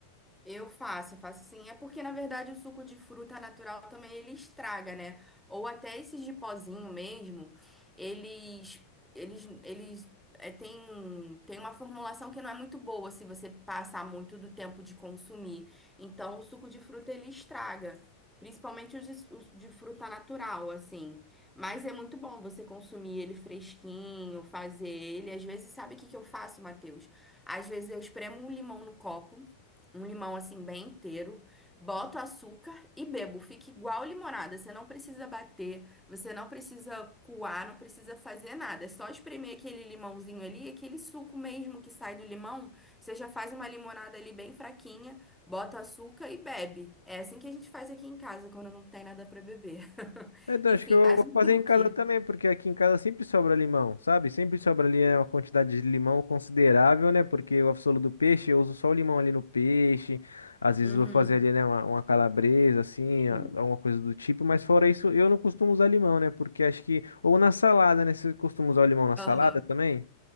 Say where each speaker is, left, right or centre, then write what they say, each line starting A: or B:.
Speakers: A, in the centre; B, on the left.
A: Eu faço, eu faço sim. É porque, na verdade, o suco de fruta natural também ele estraga, né? Ou até esses de pozinho mesmo, eles, eles, eles é, tem, tem uma formulação que não é muito boa se você passar muito do tempo de consumir. Então, o suco de fruta ele estraga. Principalmente os de, os de fruta natural, assim. Mas é muito bom você consumir ele fresquinho, fazer ele. Às vezes, sabe o que que eu faço, Matheus? Às vezes eu espremo um limão no copo um limão assim bem inteiro, boto açúcar e bebo. Fica igual limonada. Você não precisa bater, você não precisa coar, não precisa fazer nada. É só espremer aquele limãozinho ali, aquele suco mesmo que sai do limão. Você já faz uma limonada ali bem fraquinha, bota açúcar e bebe. É assim que a gente faz aqui em casa quando não tem nada para beber. <laughs>
B: É, então,
A: Enfim,
B: acho que eu
A: mais
B: vou
A: um
B: fazer
A: truque.
B: em casa também, porque aqui em casa sempre sobra limão, sabe? Sempre sobra ali é uma quantidade de limão considerável, né? Porque o absolu do peixe, eu uso só o limão ali no peixe. Às vezes
A: Uhum.
B: vou fazer ali, né, uma, uma calabresa, assim,
A: Hum.
B: a- alguma coisa do tipo. Mas fora isso, eu não costumo usar limão, né? Porque acho que... Ou na salada, né? Você costuma usar o limão na salada
A: Aham.
B: também?